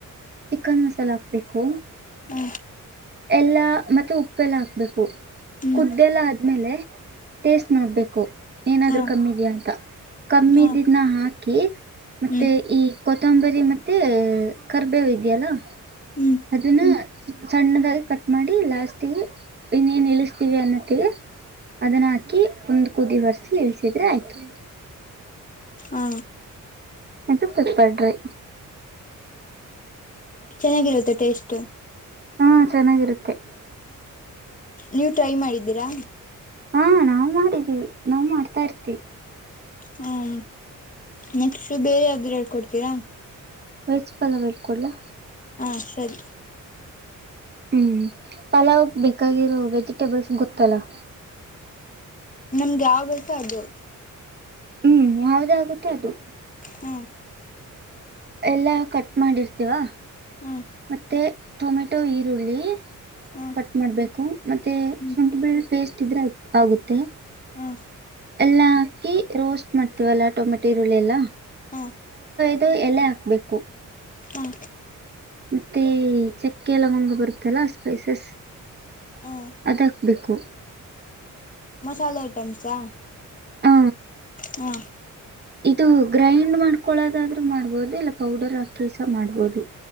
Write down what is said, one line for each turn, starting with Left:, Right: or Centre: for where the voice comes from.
Right: ಚಿಕನ್ ಮಸಾಲ ಹಾಕ್ಬೇಕು
Left: ಹ
Right: ಎಲ್ಲ ಮತ್ತೆ ಉಪ್ಪೆಲ್ಲ ಹಾಕ್ಬೇಕು
Left: ಹ್ಮ್
Right: ಕುದ್ದೆಲ್ಲ ಆದ್ಮೇಲೆ ಟೇಸ್ಟ್ ನೋಡ್ಬೇಕು ಏನಾದ್ರು
Left: ಹ
Right: ಕಮ್ಮಿದ್ಯಾ ಅಂತ ಕಮ್ಮಿದಿದನ
Left: ಹ
Right: ಹಾಕಿ ಮತ್ತೆ
Left: ಹ್ಮ್
Right: ಈ ಕೊತ್ತಂಬರಿ ಮತ್ತೆ ಕರ್ಬೇವ ಇದೆಯಲ್ಲ
Left: ಹ್ಮ್
Right: ಅದುನ ಸಣ್ಣದಾಗಿ ಕಟ್ ಮಾಡಿ ಲಾಸ್ಟ್ಗೆ ಇನ್ನೇನ್ ಇಳಿಸತೀವಿ ಅನ್ನೋತ್ತಿಗೆ ಅದನ್ನ ಹಾಕಿ ಒಂದ್ ಕುದಿ ವರ್ಸಿ ಇಳ್ಸಿದ್ರೆ ಆಯ್ತು
Left: ಹ
Right: ಇದು ಪೆಪರ್ ಡ್ರೈ
Left: ಚೆನ್ನಾಗಿರುತ್ತ ಟೇಸ್ಟ್
Right: ಹಾ ಚೆನ್ನಾಗಿರುತ್ತೆ
Left: ನೀವು ಟ್ರೈ ಮಾಡಿದ್ದೀರಾ
Right: ಹಾ ನಾವ್ ಮಾಡಿದೀವಿ ನಾವ್ ಮಾಡ್ತಾ ಇರ್ತಿವಿ
Left: ಹ್ಮ ನೆಕ್ಸ್ಟ್ ಬೇರೆ ಯಾವುದಾದರೂ ಹೇಳ್ಕೊಡ್ತೀರಾ
Right: ವೆಜ್ ಪಲಾವ್ ಹೇಳಿ ಕೊಡ್ಲಾ
Left: ಹ ಸರಿ
Right: ಹ್ಮ್ ಪಲಾವ್ ಬೇಕಾಗಿರೋ ವೆಜಿಟೇಬಲ್ಸ್ ಗೊತ್ತಲ್ಲ
Left: ನಮ್ಗೆ ಯಾವ್ ಬೇಕು ಅದು
Right: ಹ್ಮ್ ಯಾವದೇ ಆಗುತ್ತೆ ಅದು
Left: ಹಾಂ
Right: ಎಲ್ಲ ಕಟ್ ಮಾಡಿರ್ತೀವಾ
Left: ಹ್ಮ್
Right: ಮತ್ತೆ ಟೊಮೆಟೊ ಈರುಳ್ಳಿ
Left: ಹ್ಮ್
Right: ಕಟ್ ಮಾಡ್ಬೇಕು ಮತ್ತೆ
Left: ಹ್ಮ್
Right: ಶುಂಠಿ ಬೆಳ್ಳಿ ಪೇಸ್ಟ್ ಇದ್ರೆ ಆಗುತ್ತೆ
Left: ಹ್ಮ್
Right: ಎಲ್ಲಾ ಹಾಕಿ ರೋಸ್ಟ್ ಮಾಡ್ತೀವಲ್ಲಾ ಟೊಮೆಟೊ ಈರುಳ್ಳಿ ಎಲ್ಲಾ
Left: ಹ್ಮ
Right: ಮತ್ತು ಎಲೆ ಹಾಕ್ಬೇಕು
Left: ಹ್ಮ
Right: ಮತ್ತೆ ಚಕ್ಕೆ ಲವಂಗ ಬರುತ್ತಲ್ಲ ಸ್ಪೈಸಸ್
Left: ಹ್ಮ್
Right: ಅದಕ್ ಬೇಕು
Left: ಮಸಾಲೆ ಐಟಮ್ಸಾ
Right: ಹ
Left: ಹಾ
Right: ಇದು ಗ್ರೈಂಡ್ ಮಾಡ್ಕೊಳೋದಾದ್ರು ಮಾಡ್ಬೋದು ಇಲ್ಲ ಪೌಡರ್ ಹಾಕಿಸ ಮಾಡ್ಬೋದು